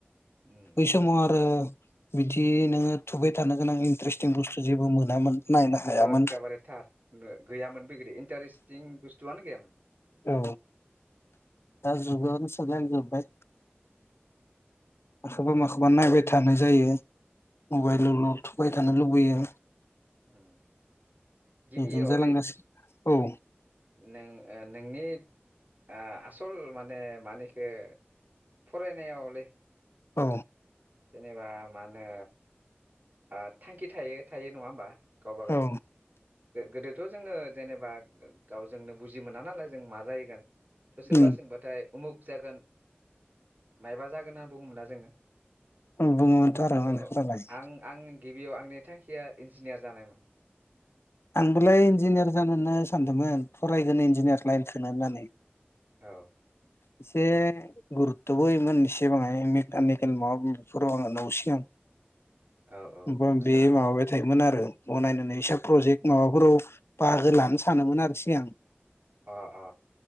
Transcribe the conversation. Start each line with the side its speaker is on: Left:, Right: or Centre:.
Right: उम
Left: बै समाव आरो बिदि नोङो थुबाय थानो गोनां इन्टारेस्टिं बुस्थु जेबो मोनामोन नायनो हायामोन
Right: एखेबारे थार गैयामोन बे गिदिर इन्टारेस्टिं बुस्थुआनो गैयामोन।
Left: औ दा जुगावनो सोलायजोबाय। माखौबा माखौबा
Right: ओरैनोथ'
Left: नायबाय थानाय जायो मबाइलाव
Right: उम
Left: ल थुबाय थानो लुबैयो।
Right: उम गिबियावलै
Left: बिदिनो जालांगासिनो। औ।
Right: नों नोंनि आ आसल माने मानिखो फरायनायावलै।
Left: औ।
Right: जेनेबा मा होनो ओ थांखि थायो थायो नङा होमबा। गावबा गाव
Left: औ।
Right: गोदोथ' जोङो जेनेबा गावजोंनो बुजि मोना नालाय जों मा जाहैगोन थ' सोरबा
Left: उम
Right: सोंबाथाय उमुक जागोन मायबा जागोन होनना बुङोमोनना जोङो
Left: बुंङोमोनथ' आरो
Right: थ'
Left: मालाय
Right: आं आं गिबियाव आंनि थांखिया इन्जिनियार जानायमोन।
Left: आंबोलाय इन्जिनियार जानोनो सानदोंमोन फरायगोन इन्जिनियार लाइनखौ होननानै
Right: औ।
Left: एसे गुरुत्थ'बो होयोन एसेबाङाय मेकानिकेल माबा बेफोराव आङो नसिंआव
Right: औ औ
Left: त
Right: मोजाङानोमोन
Left: बे माबाबाय थायोमोन आरो बनाय
Right: उम
Left: ऐसा प्रजेक
Right: उम
Left: माबाफोराव बाहागो लानो सानोमोन आरो सिगां।
Right: अ अ